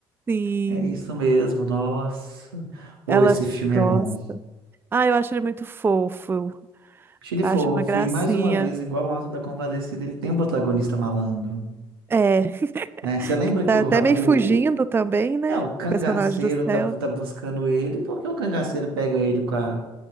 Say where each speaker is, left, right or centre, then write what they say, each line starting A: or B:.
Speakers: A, on the right; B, on the right.
A: sim,
B: É isso mesmo, nossa. Ou
A: ela
B: esse filme
A: gosta.
B: é bom.
A: Ah, eu acho ele muito fofo,
B: Achei ele
A: acho
B: fofo.
A: uma gracinha.
B: E mais uma vez, igual o Auto da Compadecida, ele tem um protagonista malandro,
A: É, <laughs>
B: né? Você lembra
A: que tá
B: que o,
A: até
B: ra-
A: meio
B: o,
A: fugindo
B: o-
A: também, né?
B: é, o cangaceiro
A: Personagem do céu.
B: tá, bu- tá buscando ele, porque o cangaceiro pega ele com a...